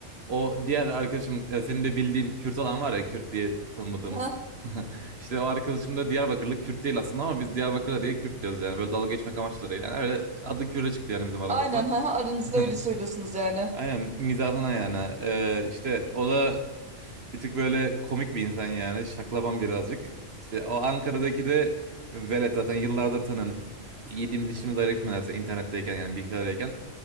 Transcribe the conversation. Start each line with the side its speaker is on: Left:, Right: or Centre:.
Right: O diğer arkadaşım ya senin de bildiğin Kürt olan var ya Kürt diye tanımadığımız.
Centre: Ha,
Right: <laughs> İşte o arkadaşım da Diyarbakırlı Kürt değil aslında ama biz Diyarbakırlı diye Kürt diyoruz yani. Böyle dalga geçmek amaçlı da değil. Yani öyle adı Kürt'e çıktı yani bizim aramızda.
Centre: aynen ha, aranızda
Right: <laughs>
Centre: öyle söylüyorsunuz yani.
Right: Aynen mizahına yani. Ee, işte o da bir tık böyle komik bir insan yani. Şaklaban birazcık. İşte o Ankara'daki de velet zaten yıllardır tanın. Yediğimiz içtiğimiz ayrı gitmelerse internetteyken yani bilgisayardayken.